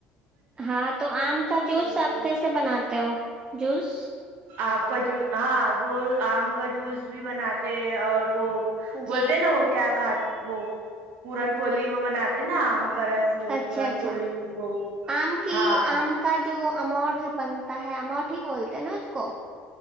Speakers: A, on the right; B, on the right.
A: ہاں تو آم کا جوس
B: کوئی
A: آپ کیسے بناتے ہو جوس
B: آپ کا جو ہاں وہ آم کا جوس بھی بناتے ہیں اور وہ
A: جی
B: بولتے نا وہ کیا کھات وہ پورن پولی وہ بناتے نا کرراس وہ
A: اچھا
B: پوران
A: اچھا
B: پلی وہ
A: آم کی
B: ہاں
A: آم کا جو اماؤٹ بنتا ہے ہمماٹ ہی بولتے ہیں نا اس کو